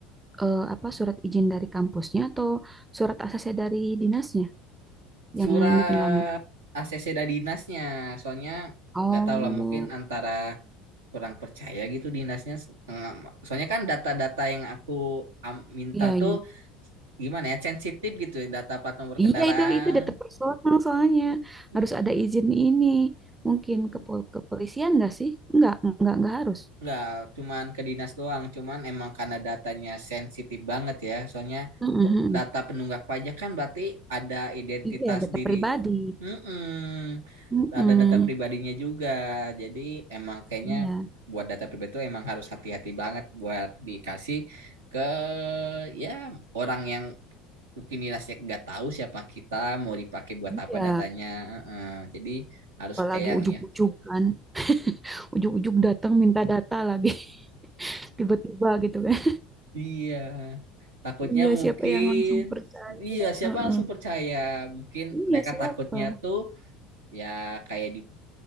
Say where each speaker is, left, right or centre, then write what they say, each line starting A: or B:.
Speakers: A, on the right; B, on the right.
A: eh, apa surat izin dari kampusnya atau surat ACC dari dinasnya yang
B: surat
A: bikin lama?
B: ACC dari dinasnya. Soalnya
A: Oh,
B: nggak tahu lah mungkin antara kurang percaya gitu dinasnya. Eh, Soalnya kan data-data yang aku am- minta
A: iya
B: tuh
A: iya.
B: gimana ya sensitif gitu data plat nomor
A: Iya
B: kendaraan.
A: itu itu data personal soalnya
B: Mm-mm,
A: harus ada izin ini. Mungkin
B: mm-mm.
A: ke pol- kepolisian nggak sih? Nggak, nggak, nggak harus.
B: Nggak, cuman ke dinas doang. Cuman emang karena datanya sensitif banget ya. Soalnya
A: Mm-mm.
B: kok data penunggak pajak kan berarti ada identitas
A: Iya, data
B: diri.
A: pribadi.
B: mm
A: Mm-mm.
B: Ada data pribadinya juga. Jadi emang kayaknya
A: Iya,
B: buat data pribadi itu emang harus hati-hati banget buat dikasih ke ya orang yang mungkin dinasnya nggak tahu siapa kita mau dipakai buat
A: iya.
B: apa datanya. Mm-mm. Jadi harus
A: Apalagi
B: kayaknya
A: ujuk-ujuk kan, ujuk-ujuk datang minta data lagi <laughs> tiba-tiba gitu kan.
B: Iya, takutnya
A: Iya,
B: mungkin
A: siapa yang langsung percaya?
B: iya siapa
A: Heeh.
B: langsung percaya? Mungkin
A: Iya,
B: mereka
A: siapa?
B: takutnya tuh ya kayak di